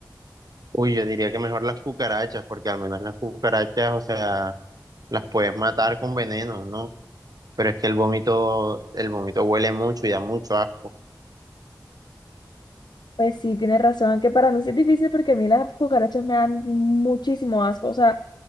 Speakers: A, on the right (about 60°); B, on the left (about 80°).
A: Uy, yo diría que mejor las cucarachas, porque al menos las cucarachas, o sea, las puedes matar con veneno, ¿no? Pero es que el vómito, el vómito huele mucho y da mucho asco.
B: Pues sí, tienes razón, que para mí sí es difícil porque a mí las cucarachas me dan muchísimo asco, o sea,